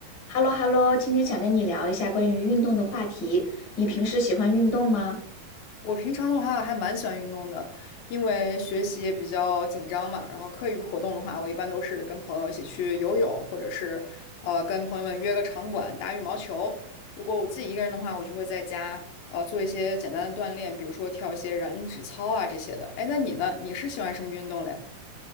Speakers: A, on the left; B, on the left.
A: 哈喽哈喽，今天想跟你聊一下关于运动的话题。你平时喜欢运动吗？
B: 我平常的话还蛮喜欢运动的，因为学习也比较紧张嘛。然后课余活动的话，我一般都是跟朋友一起去游泳，或者是呃跟朋友们约个场馆打羽毛球。如果我自己一个人的话，我就会在家呃做一些简单的锻炼，比如说跳一些燃脂操啊这些的。哎，那你呢？你是喜欢什么运动嘞？